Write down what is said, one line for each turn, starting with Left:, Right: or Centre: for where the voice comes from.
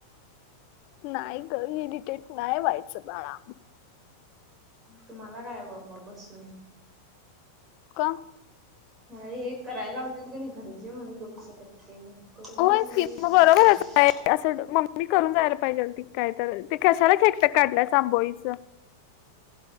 Left: नाही गं इडिटेट नाही व्हायचं बाळा.
Right: तुम्हाला काय बाबा बसून.
Left: का?
Right: मला हे करायला लावत्यात कणी घरचे म्हणून डोकं सटतय. करून
Left: होयच
Right: जायाला
Left: की
Right: येतं
Left: मग
Right: नाही
Left: बरोबरच
Right: होय हेंच.
Left: आहे असं मम्मी करून जायला पाहिजे होती काय तर ते कशाला खेकट काढल्यास आंबोळीच.